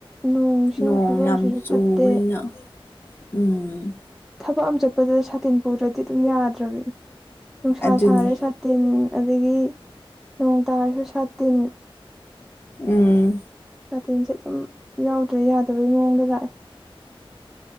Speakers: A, in the centre; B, on the left.
A: ꯅꯣꯡ ꯁꯤꯡꯒꯤ
B: ꯅꯣꯡ
A: ꯐꯤꯕꯝꯁꯤꯁꯨ
B: ꯌꯥꯝ ꯆꯨꯕꯅꯤꯅ
A: ꯐꯠꯇꯦ꯫
B: ꯎꯝ꯫
A: ꯊꯕꯛ ꯑꯃ ꯆꯠꯄꯗ ꯁꯥꯇꯤꯟ ꯄꯨꯗ꯭ꯔꯗꯤ ꯑꯗꯨꯝ ꯌꯥꯗ꯭ꯔꯕꯅꯦ ꯅꯨꯡꯁꯥ
B: ꯑꯗꯨꯅꯤ
A: ꯁꯥꯔꯦ ꯁꯥ ꯁꯥꯇꯤꯟ ꯑꯗꯒꯤ ꯅꯣꯡ ꯇꯥꯔꯁꯨ ꯁꯥ ꯇꯤꯟ
B: ꯎꯝ
A: ꯁꯥꯇꯤꯟꯁꯦ ꯑꯗꯨꯝ ꯌꯥꯎꯗ꯭ꯔꯗꯤ ꯌꯥꯗꯕꯩ ꯃꯑꯣꯡꯗ ꯂꯥꯛꯑꯦ